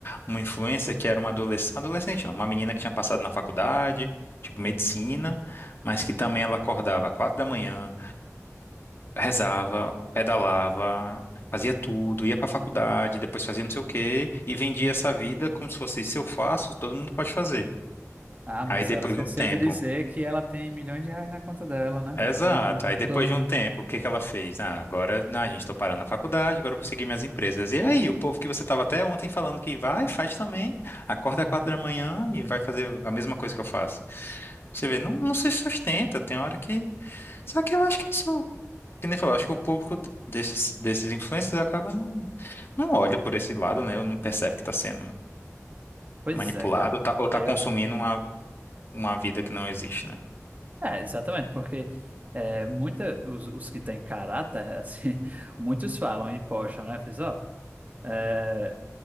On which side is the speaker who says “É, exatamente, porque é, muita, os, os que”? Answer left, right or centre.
Right